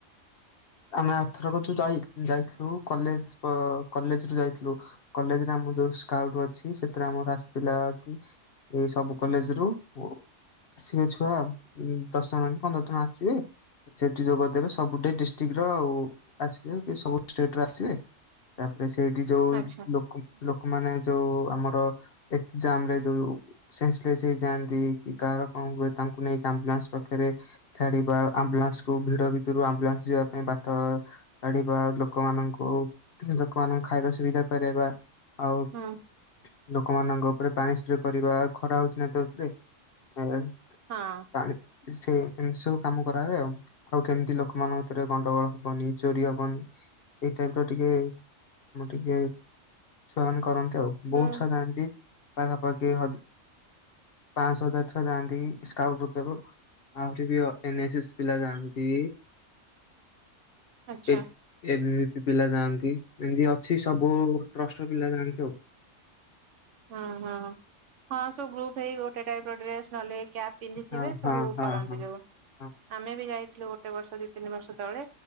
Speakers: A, on the left; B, on the right.
A: ଆମେ ଆରଥର କୁ ଯାଇ ଯାଇଥିଲୁ କଲେଜ ପ କଲେଜରୁୁ ଯାଇଥିଲୁ। କଲେଜ ରେ ଆମର ଯଉ ସ୍କାଉଟ ଅଛି। ସେଥିରେ ଆମର ଆସିଥିଲା କି ଏଇ ସବୁ କଲେଜ ରୁ ଉ ଆସିବେ ଛୁଆ। ଦଶ ଜଣ କି ପନ୍ଦର ଜଣ ଆସିବେ। ସେଠି ଯୋଗଦେବେ। ସବୁଠେ ଡିଷ୍ଟ୍ରିକ୍ଟ ର ଆଉ ଆସିବେ କି ସବୁ ଷ୍ଟେଟ ର ଆସିବେ। ତାପରେ ସେଇଠି ଯୋଉ
B: ଆଚ୍ଛା
A: ଲୋ ଲୋକମାନେ ଯୋଉ ଆମର ଏକ୍ସାମରେ ଯୋଉ ସେନ୍ସଲେସ ହେଇଯାଆନ୍ତି, କି କାହାର କଣ ହୁଏ। ତାଙ୍କୁ ନେଇକି ଆମ୍ବୁଲାନ୍ସ ପାଖରେ ଛାଡିବା, ଆମ୍ବୁଲାନ୍ସକୁୁ ଭିଡ ଭିତରୁ ଆମ୍ବୁଲାନ୍ସ ଯିବା ପାଇଁ ବାଟ କାଢିବା ଲୋକମାନଙ୍କୁ, ଲୋକମାନଙ୍କୁ ଖାଇବା ସୁବିଧା କରେଇବା। ଆଉଟୁ
B: ହୁଁ
A: ଲୋକମାନଙ୍କ ଉପରେ ପାଣି ସ୍ପ୍ରେ କରିବା। ଖରା ହଉଛି ନା ତୋ ର୍ସେ ଏତ।
B: ହଁ।
A: ପାଣି ସେ ଏମିତି ସବୁ କାମ କରାହୁଏ। ଆଉ କେମିତି ଲୋକମାନଙ୍କ ଭିତରେ ଗଣ୍ଡଗୋଳ ହବନି, ଚୋରି ହବନି ଏଇ ଟାଇମ ର ଟିକେ ଆମ ଟିକେ ଛୁଆ ମାନେ କରନ୍ତି ଆଉ।
B: ହୁଁ
A: ବହୁତ ଛୁଆ ଯାଆନ୍ତି ପାଖାପାଖି ହଜ ପାଞ୍ଚଶହ ହଜାର ଛୁଆା ଯାଆନ୍ତି। ସ୍କାଉଟ ରୂପଦେବ। ଆହୁରି ବି ଅ ଏନ ଏ ଏସ୍ ପିଲା ଯାଆନ୍ତି।
B: ଆଚ୍ଛା।
A: ଏତ ଏ ବି ବି ପି ପିଲା ଯାଆନ୍ତି। ଏମିତି ଅଛି ସବୁ ଟ୍ରଷ୍ଟ ର ପିଲା ଯାଆନ୍ତି ଆଉ।
B: ହଁ ହଁ ହଁ ସବୁ ଗ୍ରୁପ୍ ହେଇ ଗୋଟେ ଟାଇପ ର ଡ୍ରେସ ନହଲେ କ୍ୟାପ ପିନ୍ଧିଥିବେ
A: ହଁ
B: ସବୁ
A: ହଁ ହଁ
B: କରନ୍ତି
A: ହଁ
B: ଯୋଉ।
A: ହଁ
B: ଆମେ ବି ଯାଇଥିଲୁ ଗୋଟେ ବର୍ଷ ଦି ତିନି ବର୍ଷ ତଳେ।